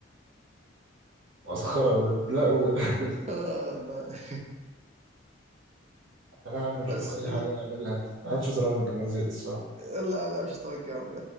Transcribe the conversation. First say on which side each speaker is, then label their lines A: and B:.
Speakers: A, on the right (about 80°); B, on the right (about 35°).
A: مسخرة بجد لا و... <laughs>
B: آه، الله <laughs>
A: تعالى يا عم نشوف
B: بس
A: أي
B: ال...
A: حاجة نعملها هات شطرنج أنا زهقت الصراحة
B: يلا ما بعرفش اتوقع